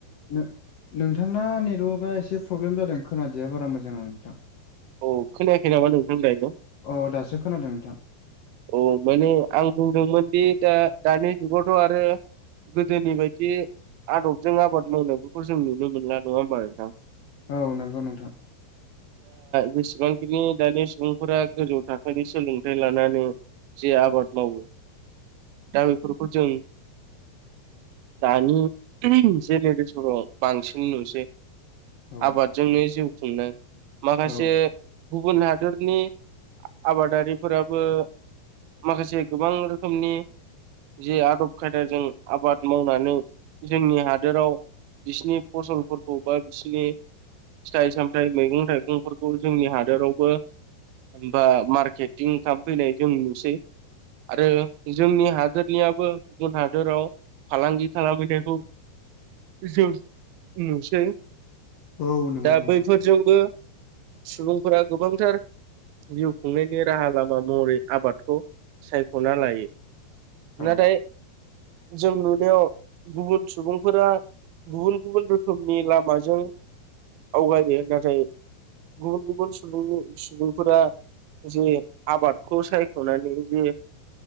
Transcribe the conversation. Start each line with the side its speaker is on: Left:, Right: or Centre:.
Left: नों-नोंथांना नेटवर्कआ एसे प्रब्लेम जादों खोनादया बारा मोजां आं नोंथां।
Right: औ खोनायाखै नामा नोंथां दायो
Left: औ दासो खोनादों नोंथां।
Right: औ माने आं बुंदोंमोनदि दा दानि जुगावथ' आरो। गोदोनि बायदि आदबजों आबाद मावनायफोरखौ जों नुनो मोनला नङा होमबा नोंथां?
Left: औ नंगौ नोंथां।
Right: बेसेबांखिनि दानि सुबुंफोरा गोजौ थाखोनि सोलोंथाइ लानानै जे आबाद मावो दा बेफोरखौ जों दानि जेनेरेशनाव बांसिन नुसै।
Left: औ
Right: आबादजोंनो जिउ खुंनो माखासे
Left: औ
Right: गुबुन हा दोरनि आबादारिफोराबो माखासे गोबां रोखोमनि जे आदब खायदाजों आबाद मावनानै जोंनि हादोराव बिसिनि फसलफोरखौ बा बिसिनि फिथाइ सामथाय मैगं थाइगंफोरखौ जोंनि हादोरावबो होमबा मार्केटिं खालामफैनाय जों नुसै। आरो जोंनि हादोरनियाबो गुबुन हादोराव फालांगि खालामहैनायखौ जों नुसै।
Left: औ नंगौ
Right: दा
Left: नोंथां
Right: बैफोरजोंबो सुबुंफोरा गोबांथार जिउ खुंनायनि राहा लामा महरै, आबादखौ सायख'ना लायो।
Left: औ
Right: नाथाय- जों नुनायाव गुबुन सुबुंफोरा गुबुन गुबुन रोखोमनि लामाजों आवगायो। नाथाय गुबुन गुबुन सुबुंनि सुबुंफोरा जे आबाद खौ सायख'नानै जे